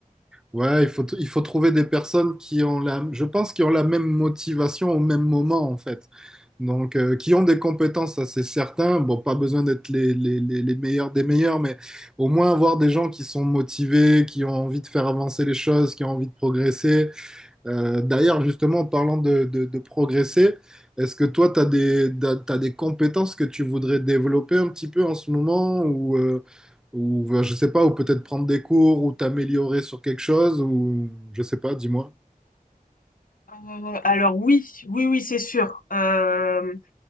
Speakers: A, in the centre; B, on the left (about 65°).
A: Ouais, il faut, t- il faut trouver des personnes qui ont la, je pense, qui ont la même motivation au même moment, en fait. Donc, euh, qui ont des compétences, ça c'est certain. Bon, pas besoin d'être les, les, les, les meilleurs des meilleurs, mais au moins avoir des gens qui sont motivés, qui ont envie de faire avancer les choses, qui ont envie de progresser. Euh, d'ailleurs, justement, en parlant de, de- de progresser, est-ce que toi, tu as des, t'as, t'as des compétences que tu voudrais développer un petit peu en ce moment ou, euh, ou euh, je sais pas, ou peut-être prendre des cours ou t'améliorer sur quelque chose ou je sais pas, dis-moi.
B: Euh, alors oui, oui, oui, c'est sûr. Euh,